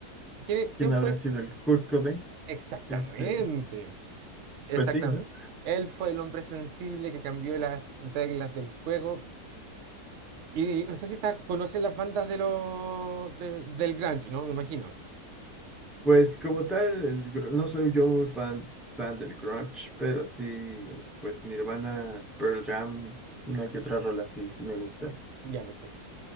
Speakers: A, on the right; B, in the centre.
A: ¿Quién,
B: ¿Quién
A: quién
B: habrá
A: fue?
B: sido el Kurt Cobain?
A: Exactamente,
B: Este,
A: exactamente.
B: pues sí, ¿no?
A: Él fue el hombre sensible que cambió las reglas del juego. Y no sé si está, conoce las bandas de los de- del grunge, ¿no? Me imagino.
B: Pues como tal, el gr- no soy yo muy fan, fan del grunge, pero sí, pues Nirvana, Pearl Jam, una que otra rola sí, sí me gusta.
A: Ya, perfecto.